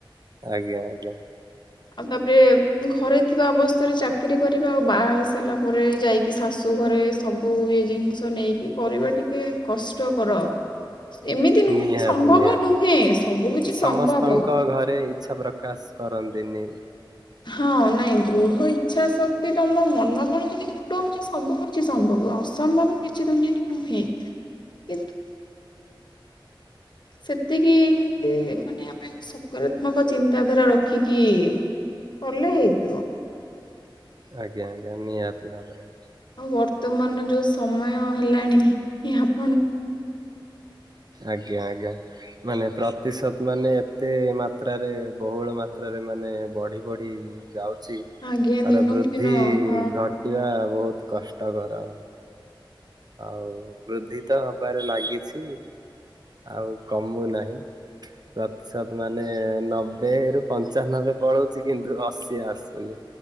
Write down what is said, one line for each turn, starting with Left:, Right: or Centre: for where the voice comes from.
Right: ଆଜ୍ଞା ଆଜ୍ଞା।
Left: ଆଉ ତାପରେ ଘରେ ଥିବା ଅବସ୍ଥାରେ ଚାକିରି କରିବା ଆଉ ବାହା ହେଇସାରିଲା ପରେ ଯାଇ କି ଶାଶୁ ଘରେ ସବୁ ଇଏ ଜିନିଷ ନେଇକି କରିବା ଟିକେ କଷ୍ଟକର। ଏମିତି ନୁହେଁ
Right: ନିହାତି
Left: ସମ୍ଭବ
Right: ନିହାତି
Left: ନୁହେଁ ସବୁ କିଛି
Right: ସମସ୍ତଙ୍କ
Left: ସମ୍ଭବ।
Right: ଘରେ ଇଚ୍ଛା ପ୍ରକାଶ କରନ୍ତିନି।
Left: ହଁ ନାଇଁ ଦୃଢ ଇଚ୍ଛା ଶକ୍ତି ତମ ମନ ବାଳ ଯଦି ଦୃଢ ହଉଚି ସବୁ କିଛି ସମ୍ଭବ ଅସମ୍ଭବ କିଛି ଦୁନିଆରେ ନୁହେଁ। କିନ୍ତୁ ସେତିକି ଇଏ ମାନେ ସକାରାତ୍ମକ ଚିନ୍ତାଧାରା ରଖିକି କଲେ ହେଇଯିବ।
Right: ଆଜ୍ଞା ଆଜ୍ଞା ନିହାତି ଭାବରେ।
Left: ଆଉ ବର୍ତ୍ତମାନର ଯୋଉ ସମୟ ହେଲାଣି କି ଆପ
Right: ଆଜ୍ଞା ଆଜ୍ଞା। ମାନେ ପ୍ରତିଶତ ମାନେ ଏତେ ମାତ୍ରାରେ ବହୁଳ ମାତ୍ରାରେ ମାନେ ବଢି ବଢି ଯାଉଚି,
Left: ଆଜ୍ଞା
Right: ତାର
Left: ଦିନକୁ
Right: ବୃଦ୍ଧି
Left: ଦିନ ହଁ
Right: ଘଟିବା ବହୁତ କଷ୍ଟକର। ଆଉ ବୃଦ୍ଧି ତ ହବାରେ ଲାଗିଛି ଆଉ କମୁ ନାହିଁ। ପ୍ରତିଶତ ମାନେ ନବେ ରୁ ପଞ୍ଚାନବେ ପଳଉଛି କିନ୍ତୁ ଅଶୀ ଆସୁନି।